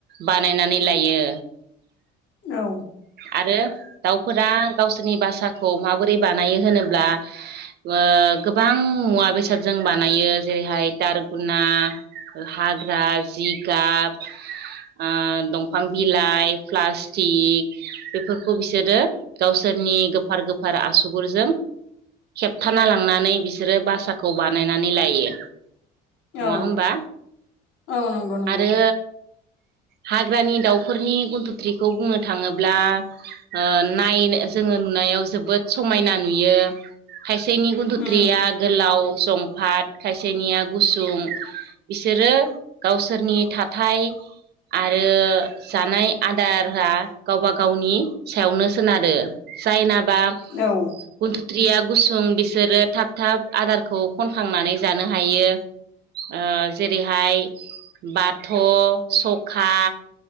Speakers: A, on the right (about 50°); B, on the left (about 70°).
A: बानायनानै लायो।
B: औ।
A: आरो दाउफोरा गावसोरनि बासाखौ माबोरै बानायो होनोब्ला। ओ गोबां मुवा बेसाद जों बानायो जेरैहाय दारगुना हाग्रा जिगाब ओ दंफां बिलाइ प्लास्टिक बेफोरखौ बिसोरो गावसोरनि गोफार गोफार आसुगुरजों खेबथाना लांनानै बिसोरो बासाखौ बानायनानै लायो। नङा
B: औ
A: होमबा
B: औ नंगौ नंगौ
A: आरो हाग्रानि दाउफोरनि गन्थुथ्रिखौ बुंनो थाङो ब्ला ओ नायनो जोङो नुनायाव जोबोद समायना नुयो। खायसेनि गुन्थुथ्रिया
B: उम
A: गोलाव जंफाट खायसेनिया गुसुं बिसोरो गावसोरनि थाथाय आरो जानाय आदारा गावबा गावनि सायावनो सोनारो जायनाबा
B: औ।
A: गुथुथ्रिया गुसुं बिसोरो थाब थाब आदारखौ खनखांनानै जानो हायो। ओ जेरैहाय बाथ' सखा